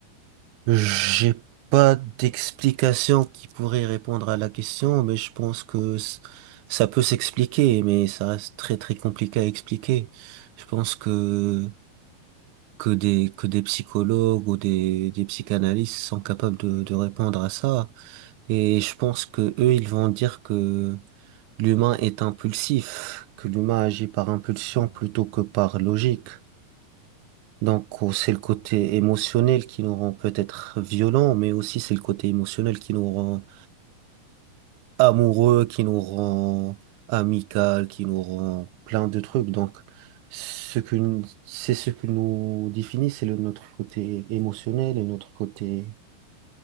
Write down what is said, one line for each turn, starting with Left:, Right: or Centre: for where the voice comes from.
Right: j'ai pas d'explication qui pourrait répondre à la question, mais je pense que c- ça peut s'expliquer, mais ça reste très très compliqué à expliquer. Je pense que que des que des psychologues ou des des psychanalystes sont capables de
Left: Oui,
Right: de répondre à ça. Et je pense que eux, ils vont dire que l'humain est impulsif, que l'humain agit par impulsion
Left: voilà,
Right: plutôt
Left: c'est vrai.
Right: que par logique. Donc oh, c'est
Left: Exactement,
Right: le côté
Left: c'est vrai.
Right: émotionnel qui nous rend peut-être violents, mais aussi c'est le côté émotionnel qui nous rend amoureux, qui nous rend amical, qui nous rend plein de trucs. Donc ce que nous- c'est ce que nous définit, c'est le- notre côté émotionnel et notre côté